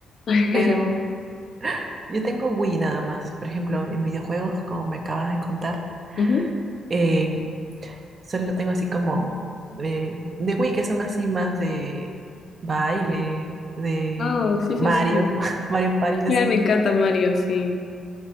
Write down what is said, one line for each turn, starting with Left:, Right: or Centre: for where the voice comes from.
Left: <laughs>
Right: pero... Yo tengo Wii nada más. Por ejemplo, en videojuegos, como me acabas de contar,
Left: Ujú.
Right: eh, solo tengo así como eh, de Wii, que son así más de baile, de
Left: Oh, sí, sí,
Right: Mario,
Left: sí.
Right: <laughs> Mario Party,
Left: Ya,
Right: así.
Left: me encanta Mario, sí.